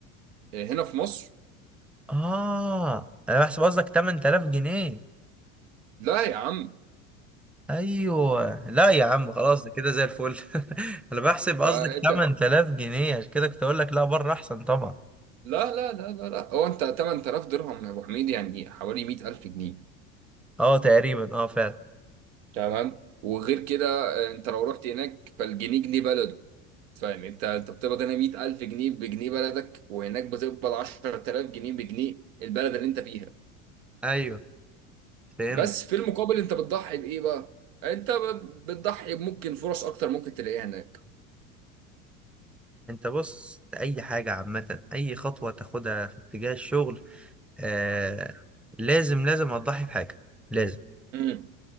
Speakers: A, on the right; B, in the centre.
A: آه، هنا في مصر
B: اه انا بحسب قصدك 8000 جنيه
A: لا يا عم
B: ايوه لا يا عم خلاص ده كده زي الفل <laughs> انا بحسب
A: فانت
B: قصدك 8000 جنيه عشان كده كنت اقول لك لا بره احسن طبعا
A: لا لا لا لا لا هو انت 8000 درهم يا ابو حميد يعني حوالي 100000 جنيه
B: اه تقريبا اه فعلا
A: تمام وغير كده آه، انت لو رحت هناك فالجنيه جنيه بلده فاهم انت انت بتقبض هنا 100000 جنيه بجنيه بلدك وهناك بتقبض 10000 جنيه بجنيه البلد اللي انت فيها
B: ايوه فهمت
A: بس في المقابل انت بتضحي بايه بقى انت ب- بتضحي بممكن فرص اكتر ممكن تلاقيها هناك
B: انت بص اي حاجه عامه اي خطوه تاخدها في اتجاه الشغل آه لازم لازم هتضحي بحاجه لازم
A: امم